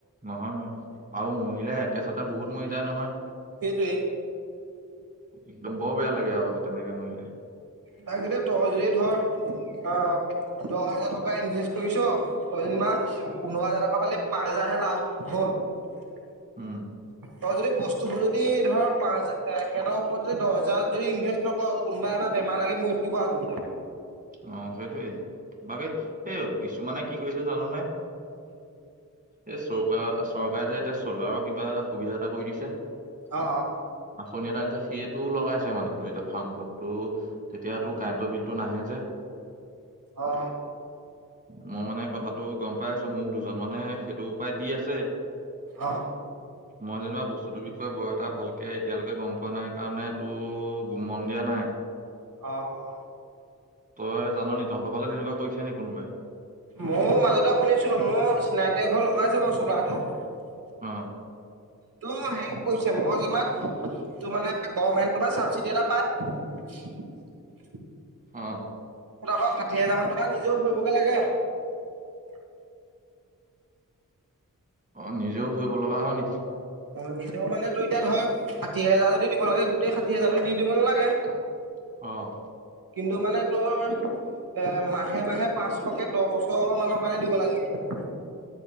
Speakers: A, on the right; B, on the right.
A: নহয় নহয় আৰু মহিলাই একে চ <unintelligible> এ বহুত মৰি যা নহয়
B: সেইটোৱে
A: একদম বৰ বেয়া লাগে আৰু তেনেকে মই <inaudible>
B: লাগে তই যদি ধৰ আহ দহ হাজাৰ টকা ইনভেষ্ট কৰিছ তই যেনিবা পোন্ধৰ হাজাৰ টকা পালি পাঁচ হাজাৰ হে লাভ হ'ল <unintelligible>
A: উম
B: ধ যদি বস্তুবোৰ যদি ধৰা পাঁচ হাজাৰ সহতৰ ওপৰত যদি দহ হাজাৰ যদি ইনভেষ্ট নকৰ কোনোবা এ <unintelligible> বেমাৰ লাগে মৰি থাকিব আজৰি
A: অ সেইটোৱে বাকী এই কিছুমানে কি কৰিছে জানোনোই এই চৰকা চৰকাৰে যে এতিয়া চ'লাৰৰ কিবা সুবিধা এ কৰি দিছে
B: অ অ
A: আঁচনি এটা আনিছে সেইত বি লগাইছে মানে তটো এতিয়া ফাৰ্ম বত তটো তেতিয়াাতটো কাৰেণ্টৰ বিল টো নাহে যে <unintelligible>
B: অ
A: মই মানে কথাতটো গম পাই আছো মোক দুজন মানে সেইটো উপায় দি আছে
B: অ
A: মই যেনিবা বস্তুটোৰ বিষয়ে বৰ এটা ভালকে এতিয়ালৈকে গম পোৱা নাই কাৰণে তো মন দিয়া নাই
B: অ অ
A: তই জান নি তহঁতৰ ফালে তেনেকুৱা কৰিছে নেকি কোনোবাই
B: ময় মাজতে শুনিছিলো মোৰ চিনাকি এ ঘৰ লগাইছে বাৰু চোলাটো <unintelligible>
A: অ
B: ত হেৰি কৈছে মই জনাত তোমাল <unintelligible> কমেট <unintelligible> চাবচিডি এটা পায় <inaudible>
A: অ
B: মত আকৌ ষাঠি হোজাৰ মান টকা নিজেও ফুৰিবগে লাগে <unintelligible>
A: অ নিজেও ফুৰিব লগা হয় নেকি
B: অ নিজে মানে মই <unintelligible> এতিয়া ধৰ, ষাঠি হাজাৰ যদি দিব লাগে, গোটেই ষাঠি হাজাৰো দি দিব নালাগে।
A: অ'!
B: কিন্তু মানে, তোৰ এ, মাহে মাহে পাঁচশকে দহ বছৰ মানৰ কাৰণে দিব লাগে।